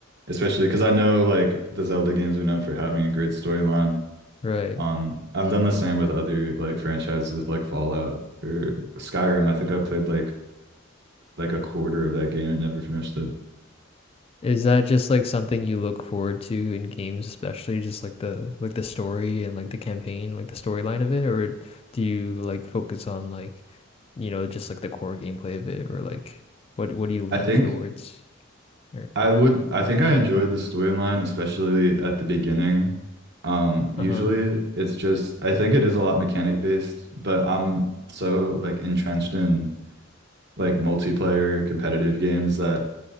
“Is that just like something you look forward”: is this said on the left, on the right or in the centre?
Left